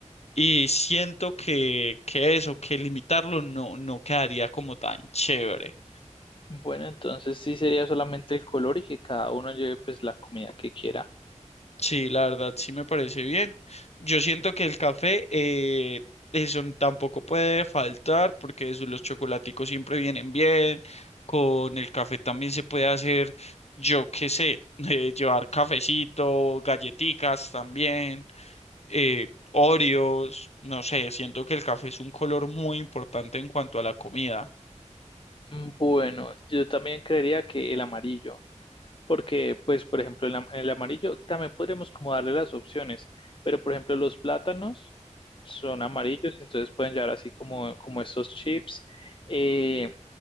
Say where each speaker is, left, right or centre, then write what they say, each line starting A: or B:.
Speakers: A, on the left; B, on the left.
A: Y siento que, que eso, que limitarlo no, no quedaría como tan chévere.
B: Bueno, entonces sí sería solamente el color y que cada uno lleve pues la comida que quiera.
A: Sí, la verdad sí me parece bien. Yo siento que el café, eh, eso n- tampoco puede faltar porque eso, los chocolaticos siempre vienen bien. Con el café también se puede hacer, yo qué sé, <laughs> eh, llevar cafecito, galletitas también, eh, Oreos, no sé, siento que el café es un color muy importante en cuanto a la comida.
B: Mm, Bueno, yo también creería que el amarillo. Porque, pues, por ejemplo, el, am- el amarillo también podríamos como darle las opciones, pero por ejemplo, los plátanos son amarillos, entonces pueden llevar así como, como estos chips. Eh,